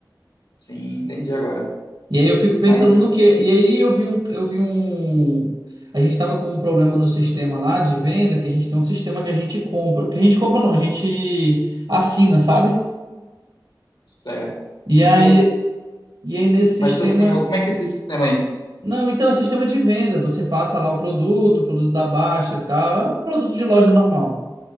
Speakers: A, on the left; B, on the right.
A: Sim, entendi agora.
B: E aí eu fico pensando
A: Mas
B: no quê? E aí eu vi um, eu vi um, a gente tava com um problema no sistema lá de venda, que a gente tem um sistema que a gente compra, que a gente compra não, a gente assina, sabe?
A: certo.
B: E
A: E
B: aí,
A: tu,
B: e aí nesse
A: mas
B: sistema
A: tu assim, eu- como é que é esse sistema aí?
B: Não, então é sistema de venda. Você passa lá o produto, o produto da baixa e tal. É um produto de loja normal.